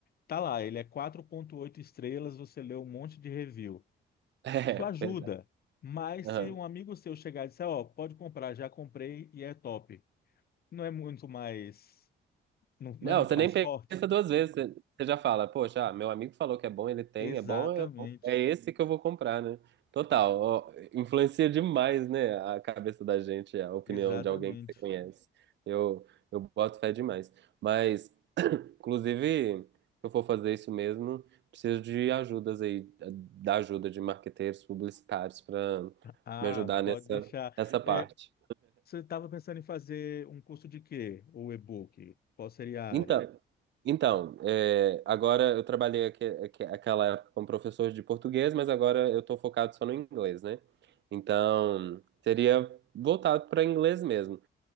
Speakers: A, on the left; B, on the right.
A: tá lá, ele é quatro vírgula oito estrelas, você lê um monte de review.
B: É,
A: Isso ajuda,
B: verdade.
A: mas
B: Aham.
A: se um amigo seu chegar e disser, ó, pode comprar, já comprei e é top, não é muito mais, não, não
B: Não,
A: é muito
B: você
A: mais
B: nem pensa
A: forte?
B: duas vezes, você, você já fala, poxa, ah, meu amigo falou que é bom, ele tem,
A: Exatamente,
B: é bom, é bom, é esse que eu vou comprar, né? Total, ó, influencia demais, né, a cabeça da gente, a opinião
A: exatamente.
B: de alguém que você conhece. Eu, eu boto fé demais. Mas, <clears throat> inclusive, se eu for fazer isso mesmo, preciso de ajudas aí, da ajuda de marqueteiros publicitários para
A: Ah,
B: me ajudar
A: pode
B: nessa,
A: deixar.
B: nessa parte.
A: É, Você estava pensando em fazer um curso de quê? Ou e-book? Qual seria a
B: Então,
A: área?
B: então é, agora eu trabalhei aque, aque- aquela época como professor de português, mas agora eu estou focado só no inglês, né? Então, seria voltado para inglês mesmo.